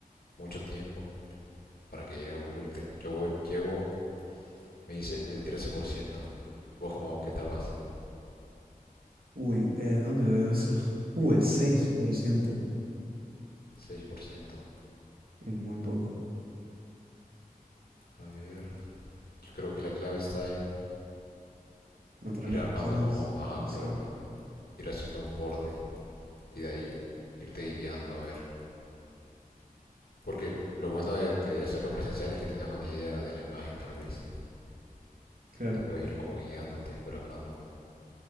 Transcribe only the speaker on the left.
mucho tiempo para que llegue a aburrirte. Yo voy- llego, me dice el trece por ciento Vos como, ¿qué tal vas?
seis por ciento
A ver. Yo creo que la clave está en
ir
armando
como, ajá,
correcto.
Ir haciendo un borde y de ahí irte guiando a ver. Porque lo bueno de, de hacerlo presencial es que tienes una idea de la imagen tal vez
y puedes ir como guiándote, pero acá no.